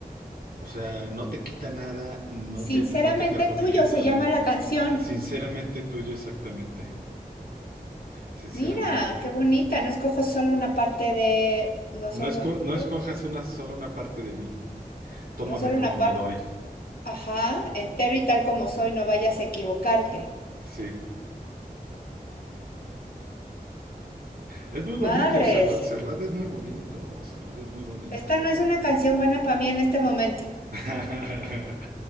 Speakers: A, on the right; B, on the left.
A: O sea, no te quita nada, no
B: sinceramente
A: te, no te perjudica
B: tuyo
A: en
B: se
A: nada.
B: llama la canción.
A: Sinceramente tuyo exactamente, sinceramente.
B: Mira, qué bonita. No escojo solo una parte de, no
A: No
B: solo,
A: esco- no
B: ¿qué?
A: escojas una, solo una parte de mí. Tómame
B: No solo
A: como
B: una parte.
A: me doy.
B: Ajá, entero y tal como soy, no vayas a equivocarte.
A: Sí. Es muy bonito,
B: Madres,
A: Serrat. Serrat es muy bonito. Serrat es muy bonito.
B: esta no es una canción buena para mí en este momento.
A: <laughs>